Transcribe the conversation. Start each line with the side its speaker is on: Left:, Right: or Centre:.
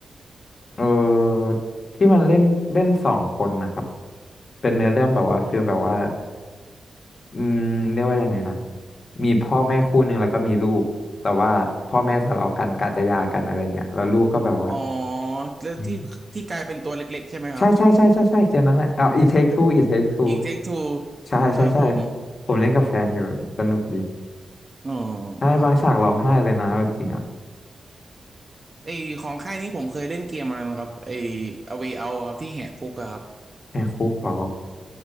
Left: เออที่มันเล่นเล่นสองคนนะครับเป็นเนื้อเรื่องแบบว่าฟิลแบบว่า อืมเรียกว่ายังไงนะมีพ่อแม่คู่หนึ่งแล้วก็มีลูกแต่ว่าพ่อแม่ทะเลาะกันกาจะหย่ากันอะไรเงี้ยแล้วลูกก็แบบว่า
Right: อ๋อแล้วที่ที่กลายเป็นตัวเล็กๆใช่ไหมครับ
Left: อืมใช่ใช่ใช่ใช่ใช่เกมนั้นแหละอ๋อา It Take Two It Take Two
Right: อีกเทคทู
Left: ใช่ใช่ใช่
Right: ครับผม
Left: ผมเล่นกับแฟนอยู่สนุกดี
Right: อ๋อ
Left: ใช่บางฉากร้องไห้เลยนะเอาจริงอ่ะ
Right: ครับผม ไอของค่ายนี้ผมเคยเล่นเกมอันนั้นครับไอ A Way Out อะครับที่แหกคุกอะครับ
Left: แหกคุกเหรอ